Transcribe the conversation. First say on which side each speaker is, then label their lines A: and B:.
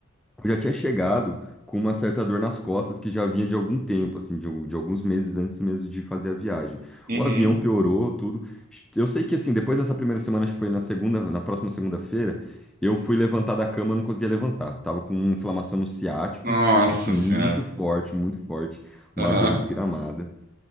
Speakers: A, in the centre; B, on the right (about 45°).
A: eu já tinha chegado com uma certa dor nas costas que já vinha de algum tempo, assim, de, al- de alguns meses antes mesmo de fazer a viagem.
B: uhum.
A: O avião piorou, tudo. Eu sei que, assim, depois dessa primeira semana, acho que foi na segunda, na próxima segunda-feira, eu fui levantar da cama, não conseguia levantar. Tava com uma inflamação no ciático,
B: Nossa
A: assim,
B: senhora.
A: muito forte, muito forte, uma
B: Aham,
A: dor desgramada.